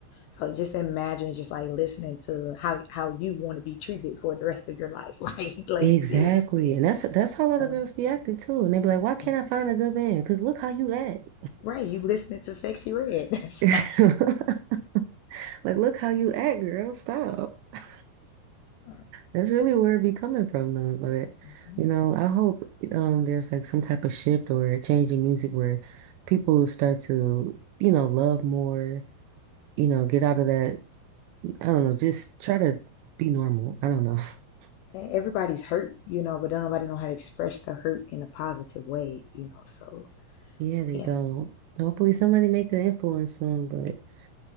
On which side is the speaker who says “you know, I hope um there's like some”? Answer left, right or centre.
Right